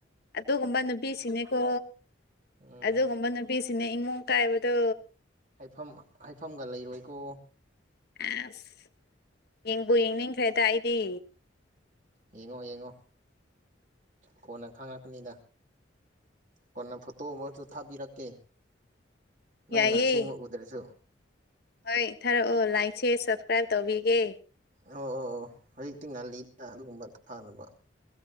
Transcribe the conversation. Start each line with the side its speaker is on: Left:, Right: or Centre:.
Left: ꯑꯗꯨꯒꯨꯝꯕ ꯅꯨꯄꯤꯁꯤꯅꯦꯀꯣ
Right: ꯎꯝ
Left: ꯑꯗꯨꯒꯨꯝꯕ ꯅꯨꯄꯤꯁꯤ ꯁꯤꯅꯦ ꯏꯃꯨꯡ ꯀꯥꯏꯕꯗꯣ
Right: ꯍꯥꯏꯐꯝ ꯍꯥꯏꯐꯝꯒ ꯂꯩꯔꯣꯏꯀꯣ
Left: ꯑꯦꯁ ꯌꯦꯡꯕꯨ ꯌꯦꯡꯅꯤꯡꯈ꯭ꯔꯦꯗ ꯑꯩꯗꯤ
Right: ꯌꯦꯡꯉꯣ ꯌꯦꯡꯉꯣ ꯀꯣꯟꯅ ꯈꯪꯉꯛꯀꯅꯤꯗ ꯀꯣꯟꯅ ꯐꯣꯇꯣ ꯑꯃꯁꯨ ꯊꯥꯕꯤꯔꯛꯀꯦ ꯅꯪꯅ
Left: ꯌꯥꯏꯌꯦ
Right: ꯑꯁꯦꯡꯕ ꯎꯗ꯭ꯔꯁꯨ
Left: ꯍꯣꯏ ꯊꯥꯔꯛꯑꯣ ꯂꯥꯢꯛ ꯁ꯭ꯌꯦꯔ ꯁꯕꯞꯁꯀ꯭ꯔꯥꯏꯞ ꯇꯧꯕꯤꯒꯦ
Right: ꯑꯣ ꯑꯣ ꯑꯣ ꯍꯧꯖꯤꯛꯇꯤ ꯉꯜꯂꯤꯗꯅ ꯑꯗꯨꯒꯨꯝꯕ ꯊꯥꯅꯕ